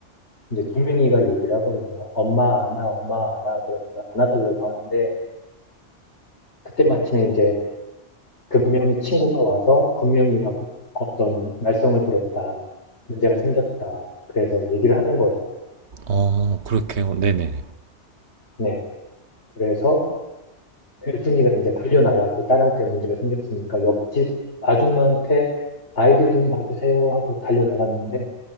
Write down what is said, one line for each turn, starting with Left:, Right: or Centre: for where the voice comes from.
Left: 이제 동명이가 얘기를 하거든요. 엄마 안아, 엄마 안아 그러면서 안아달라고 하는데 그때 마침에 이제 금명이 친구가 와서 금명이가 어떤 말썽을 부렸다. 문제가 생겼다. 그래서 얘기를 하는 거예요.
Right: 어, 그렇게요. 네네네.
Left: 네. 그래서 혜순이가 이제 달려나가서 딸한테 문제가 생겼으니까 옆집 아줌마한테 아이들 좀 봐주세요 하고 달려나갔는데